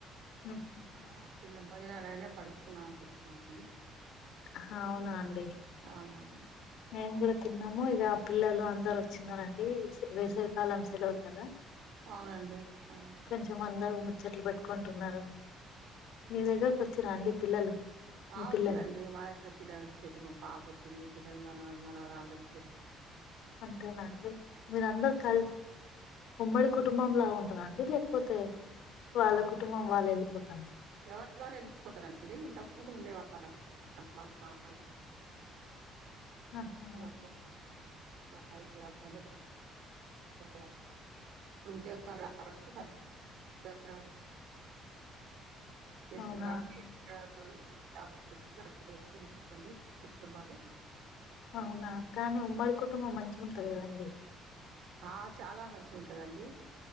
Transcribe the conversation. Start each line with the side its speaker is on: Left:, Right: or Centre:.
Left: ఉమ్,
Right: ఆ చిన్న భజన అలానే పడుకున్నా అనుకుంటున్న అండి
Left: హ అవునా అండి
Right: అవునండి
Left: మేము కూడ తిన్నాము ఇగ పిల్లలు అందరు వచ్చిన్నారండి. వేసవికాలం సెలవులు కదా.
Right: అవునండి ఆ
Left: కొంచెం అందరు ముచ్చట్లు పెట్టుకుంటున్నారు మీ దగ్గరకు వచ్చిరాండి పిల్లలు మీ
Right: ఆ వచ్చిరండి
Left: పిల్లలు
Right: మాఎక్కడ పిల్లలు వచ్చిరు మా పాప వచ్చింది పిల్లలు మనవళ్ళు మనవరాలు వచిర్రు
Left: అంతేనండి మీరందరు కలిసి వేలు ఉమ్మడి కుటుంబం లా ఉంటాదా అండి లేకపోతే వాళ్ళ కుటుంబం వాళ్ళు వెళ్ళిపోతర
Right: ఎవరిదివాళ్ళు ఎళ్ళిపోతరండి ఇంతకు ముందు ఉండేవాళ్ళం ఎంత మంది ఉన్నా
Left: ఆహా
Right: మా మా <unintelligible> కొంచం రావట్లే <unintelligible> చేస్తుంరు
Left: అవునా
Right: కాబట్టి ఇడ <unintelligible> ఉంటుండి కుటుంబాలు
Left: అవునా! కానీ ఉమ్మడి కుటుంబం మంచిగ ఉంటది కదండి.
Right: ఆ చాలా మంచిగ ఉంటదండి.